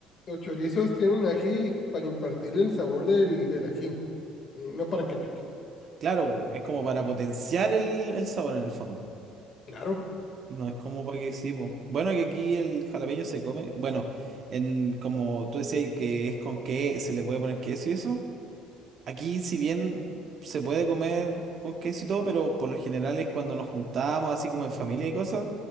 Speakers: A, on the left; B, on the right.
A: Los chorizos tienen ají para impartirle el sabor del, del ají, eh, no para que pique.
B: Claro, es como para potenciar el, el sabor en el fondo.
A: Claro.
B: No es como para que sí, po. Bueno, que aquí el jalapeño se come. Bueno, en como tú decías que es con qué se le puede poner queso y eso. Aquí, si bien se puede comer con queso y todo, pero por lo general es cuando nos juntamos, así como en familia y cosas,